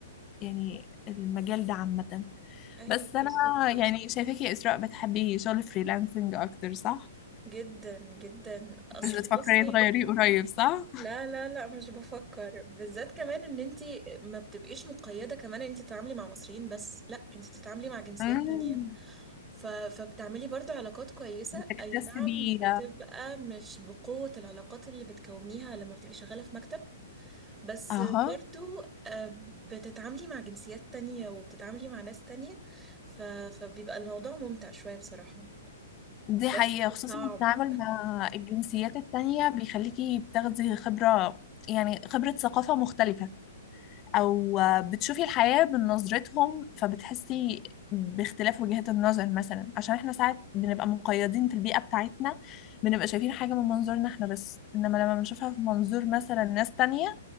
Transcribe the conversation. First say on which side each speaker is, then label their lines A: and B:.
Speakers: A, on the left; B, on the right.
A: يعني المجال ده عامة
B: ايوه
A: بس
B: بالظبط
A: أنا يعني شايفاكي يا إسراء بتحبي شغل فريلانسنج أكتر صح؟
B: جدا جدا اصل
A: مش بتفكري
B: بصي
A: تغيريه قريب صح؟
B: لا لا لا مش بفكر بالذات كمان ان انتي ما بتبقيش مقيدة كمان ان انتي تتعاملي مع مصريين بس لا انتي بتتعاملي مع جنسيات
A: امم
B: تانية ف... فبتعملي برضو علاقات كويسة
A: بتكتسبي
B: اي نعم بتبقى مش بقوة العلاقات اللي بتكونيها لما بتبقي شغالة في مكتب بس
A: أها
B: برضو آه، بتتعاملي مع جنسيات تانية وبتتعاملي مع ناس تانية ف... فبيبقى الموضوع ممتع شوية بصراحة
A: دي حقيقة
B: بس
A: خصوصا
B: صعب
A: التعامل مع الجنسيات التانية بيخليكي بتاخدي خبرة يعني خبرة ثقافة مختلفة او بتشوفي الحياة بنظرتهم فبتحسي باختلاف وجهات النظر مثلا عشان احنا ساعات بنبقى مقيدين في البيئة بتاعتنا بنبقى شايفين حاجة من منظورنا احنا بس انما لما بنشوفها في منظور مثلا ناس تانية